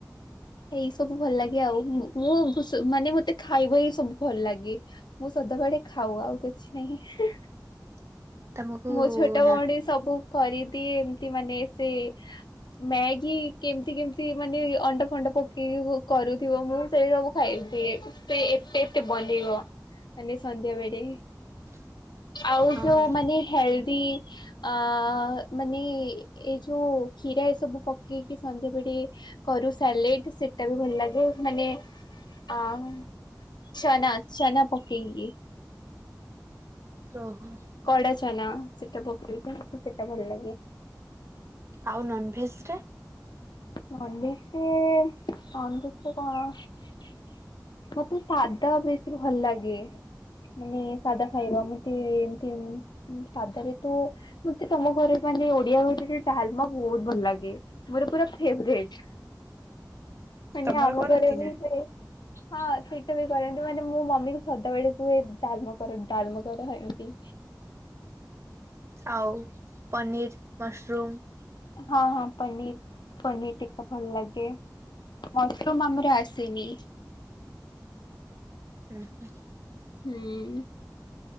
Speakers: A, on the left (about 85°); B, on the right (about 40°).
A: ଏଇ ସବୁ ଭଲ ଲାଗେ ଆଉ ମୁଁ ମୁ ଭୁସ ମାନେ ମତେ ଖାଇବା ହିଁ ସବୁ ଭଲ ଲାଗେ। ମୁଁ ସଦାବେଳେ ଖାଉ ଆଉ କିଛି ନାହିଁ।
B: <inaudible>
A: ମୋ ଛୋଟ
B: ନା?
A: ଭଉଣୀ ସବୁ କରିଦିଏ ଏମତି ମାନେ ସେ ମ୍ୟାଗି କେମିତି କେମତି ମାନେ ଅଣ୍ଡା ଫଣ୍ଡା ପକେଇକି କ କରୁଥିବ ମୁଁ ସେଇ ସବୁ ଖାଇ ଦିଏ ସେ ଏତେ ଏତେ ବନେଇବ। କାଲି ସନ୍ଧ୍ୟାବେେଳେ।
B: <inaudible>
A: ଆଉ
B: ହଁ
A: ଯୋଉ ମାନେ ହେଲଦି ଅ ମାନେ ଏଇ ଯୋଉ କ୍ଷୀରା ଏଇ ସବୁ ପକେଇକି ସନ୍ଧ୍ୟାବେଳେ କରୁ ସାଲେଡ ସେଟା ବି ଭଲ ଲାଗେ ମାନେ ଆଉ ଛେନା ଛେନାପକେଇିକି।
B: ଓହୋ।
A: କଡା ଛେନା ସେଟା ପକେଇଛି <unintelligible> ସେଟା ଭଲ ଲାଗେ।
B: ଆଉ ନନଭେଜଟା!
A: ନନଭେଜରେ ନନଭେଜ୍ ରେ କଣ? ମତେ ସାଦା ବେଶୀ ଭଲ ଲାଗେ। ମାନେ ସାଧା ଖାଇବା ଏମିତି ଏମିତି ସାଧାରେ ତ ମତେ ତମ ଘରେ ମାନେ ଓଡିଆ ଘରର ଡାଲମା ବହୁତ ଭଲ ଲାଗେ ମୋର ପୁରା ଫେବରେଟ ମାନେ
B: ତମର
A: ଆମ
B: କରନ୍ତି
A: ଘର
B: ନା?
A: ବି ସେ
B: <unintelligible>
A: ହଁ ସେଇଟା ବି କରନ୍ତୁ କିନ୍ତୁ ମାନେ ମୁଁ ମମି କୁ ସଦାବେଳେ କୁହେ ଡାଲମା କର ଡାଲମା କର ଏମତି।
B: ଆଉ ପନିର, ମସରୁମ
A: ହଁ ହଁ ପନିର ପନିର ଟିକା ଭଲ ଲାଗେ। ମସରୁମ ଆମର ଆସିନି।
B: ଉଁ ହୁଁ।
A: ହୁଁ।